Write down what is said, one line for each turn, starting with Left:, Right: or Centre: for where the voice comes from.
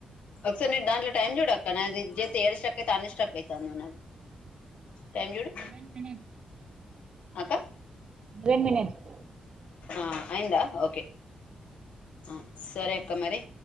Left: ఒకసారి నీ దాంట్లో టైం చూడక్క. నాది ఇద్చెత్తే ఏడ స్ట్రక్ అయితే ఆన్నే స్ట్రక్ అయితానే ఉన్నది టైం చూడు.
Right: లెవెన్ మినిట్స్
Left: అక్కా?
Right: రెన్ మినిట్స్
Left: ఆ అయిందా ఓకె ఆ సరే అక్క మరి.